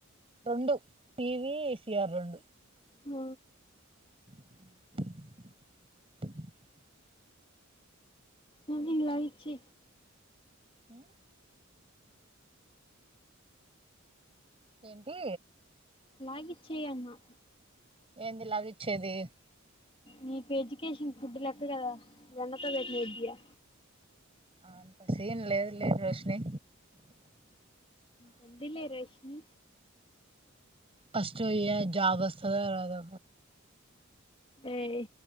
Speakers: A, on the right; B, on the left.
A: రెండు టీవీ ఏసీర్ రెండు
B: మ
A: బ్లాంక్
B: మమ్మీ న్ లవిచ్చి
A: ఉమ్ ఏంటి
B: లగ్గిచ్చేయ్ అన్న
A: ఎంది లగి ఇచ్చేది
B: నీకు ఎడ్యుకేషన్ ఫుడ్ లెక్క గాద వెన్నతో వెట్టిన విద్య
A: అంత సీన్ లేదులే రోషిని
B: వద్దులే రష్మీ
A: ఫస్ట్య జాబ్ వస్తదా రాధా
B: ఎయ్